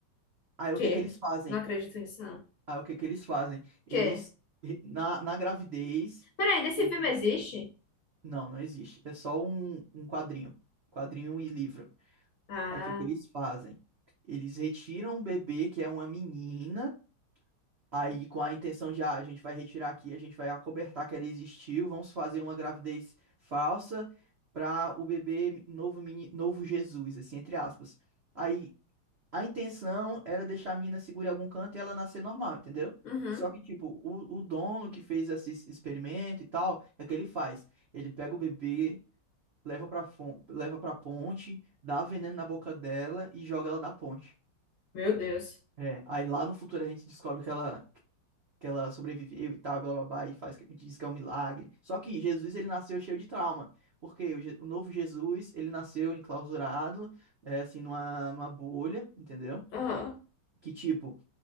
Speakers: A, on the right; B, on the left.
A: Aí o
B: Que?
A: que é que eles fazem?
B: Não acredito nisso, não.
A: Aí o que é que eles fazem? Eles,
B: Quê?
A: na, na gravidez.
B: Peraí, nesse
A: eles-
B: filme existe?
A: Não, não existe. É só um, um quadrinho. Quadrinho e livro.
B: Ah,
A: Aí o que é que eles fazem? Eles retiram o bebê, que é uma menina, Aí, com a intenção de, ah, a gente vai retirar aqui, a gente vai acobertar que ela existiu, vamos fazer uma gravidez falsa para o bebê novo, meni- novo Jesus, assim, entre aspas. Aí, a intenção era deixar a menina segura em algum canto e ela nascer normal, entendeu?
B: uhum.
A: Só que, tipo, o, o dono que fez esse es- experimento e tal, o que é que ele faz? Ele pega o bebê, leva pra, fon- leva pra ponte, dá veneno na boca dela e joga ela da ponte.
B: Meu Deus.
A: É, aí lá no futuro a gente descobre que ela, que ela sobreviveu e tal, blá blá blá, e faz, diz que é um milagre. Só que Jesus, ele nasceu cheio de trauma, porque o, Je- o novo Jesus, ele nasceu enclausurado, é, assim, numa, numa bolha, entendeu?
B: Aham.
A: Que, tipo,